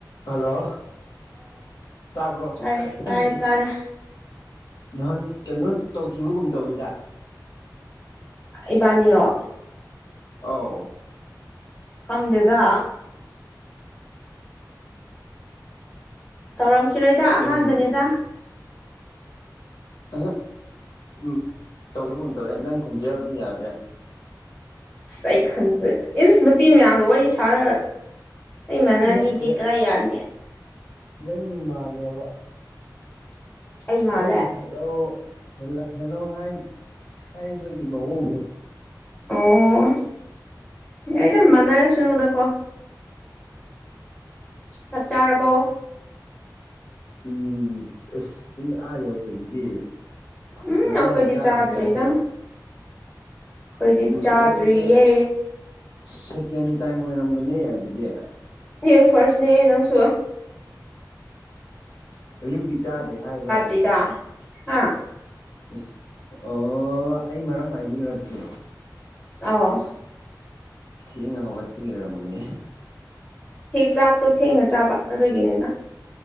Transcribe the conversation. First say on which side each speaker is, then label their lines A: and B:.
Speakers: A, on the left; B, on the left.
A: Hello ꯇꯥꯕ꯭ꯔꯣ
B: ꯇꯥꯔꯦ
A: ꯑꯩ
B: ꯇꯥꯔꯦ ꯇꯥꯔꯦ
A: ꯅꯍꯥꯟ ꯀꯩꯅꯣ ꯇꯧꯈꯤꯕꯒꯨꯝ ꯇꯧꯋꯤꯗ
B: ꯏꯕꯅꯤꯔꯣ
A: ꯑꯧ
B: ꯈꯪꯗꯦꯗ ꯇꯧꯔꯝꯈꯤꯔꯣꯏꯗ ꯑꯍꯥꯟꯕꯅꯦꯗ
A: ꯑꯩꯗꯤ ꯎꯝ ꯇꯧꯈꯤꯒꯨꯝ ꯇꯧꯋꯦ ꯅꯪ ꯈꯣꯟꯖꯗꯣ ꯌꯥꯗ꯭ꯔꯦ
B: ꯑꯩ ꯈꯟꯖꯦ ꯏꯁ ꯅꯨꯄꯤ ꯃꯌꯥꯝꯒ ꯋꯥꯔꯤ ꯁꯥꯔꯒ ꯑꯩ ꯃꯅꯥꯅꯤꯗꯤ
A: ꯅꯠꯇꯦ
B: ꯀꯔꯥꯏ ꯌꯥꯅꯤ
A: ꯅꯪꯒꯤ ꯃꯥꯜꯂꯦꯕ
B: ꯑꯩ ꯃꯥꯜꯂꯦ
A: ꯅꯪꯅ ꯍꯜꯂꯣ ꯍꯦꯜꯂꯣ ꯍꯥꯏ ꯍꯥꯏꯕꯒꯤ ꯃꯑꯣꯡꯗꫭ
B: ꯑꯣ ꯌꯥꯏꯗ ꯃꯅꯥꯔꯁꯅꯨꯗꯀꯣ ꯆꯥꯛ ꯆꯥꯔꯕꯣ
A: ꯎꯝ ꯑꯁ ꯄꯨꯡ ꯑꯥ ꯌꯧꯈꯔꯖꯤꯗꯤ
B: ꯎꯝ
A: ꯉꯁꯥꯏꯅ
B: ꯑꯩꯈꯣꯏꯗꯤ
A: ꯆꯥꯔꯦ
B: ꯆꯥꯗ꯭ꯔꯤꯗ
A: ꯆꯥꯛꯇꯤ
B: ꯑꯩꯈꯣꯏꯗꯤ
A: ꯎꯝ
B: ꯆꯥꯗ꯭ꯔꯤꯌꯦ
A: ꯅꯣꯏꯗꯤ ꯁꯦꯀꯦꯟ ꯇꯥꯏꯝ ꯑꯣꯏꯔꯝꯒꯅꯤ ꯑꯗꯨꯗꯤ
B: ꯍꯦ ꯐꯔꯁꯅꯤꯍꯦ ꯅꯪꯁꯨ
A: ꯑꯌꯨꯛꯀꯤ ꯆꯥꯗꯔ꯭ꯤ ꯍꯥꯏꯕ꯭ꯔꯥ
B: <unintelligible> ꯑ
A: ꯑꯦꯁ ꯑꯣ ꯑꯩ ꯃꯔꯝ ꯍꯥꯏꯕꯤꯌꯣ ꯑꯗꯨꯗꯤ
B: ꯑꯥꯎ
A: ꯊꯦꯡꯉ ꯍꯧꯒꯠꯄꯒꯤ ꯑꯣꯏꯣꯏꯔꯝꯒꯅꯤ
B: ꯆꯥꯛꯇꯣ ꯊꯦꯡꯅ ꯆꯥꯕ ꯑꯗꯨꯒꯤꯅꯤꯗ